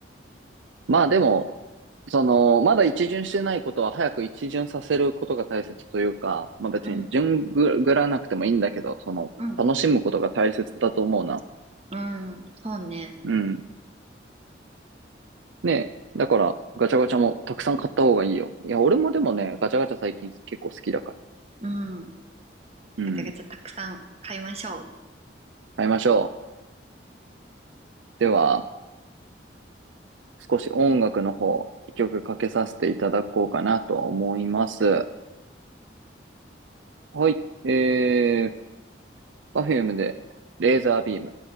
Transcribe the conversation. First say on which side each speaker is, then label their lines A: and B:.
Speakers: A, on the right; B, on the right.
A: まあでも、その、まだ一巡してないことは早く一巡させることが大切というか、まあ別に順ぐぐらなくてもいいんだけど、
B: うん。
A: その、
B: うん
A: 楽しむことが大切だと思うな。
B: うん、そうね。
A: うん。ねえ。だから、ガチャガチャもたくさん買った方がいいよ。いや、俺もでもね、
B: うん
A: ガチャガチャ最近結構好きだから。
B: うん。
A: うん。
B: ガチャガチャたくさん買いましょう。
A: 買いましょう。では、少し音楽の方、一曲かけさせていただこうかなと思います。はい。えー、Perfume で、レーザービーム。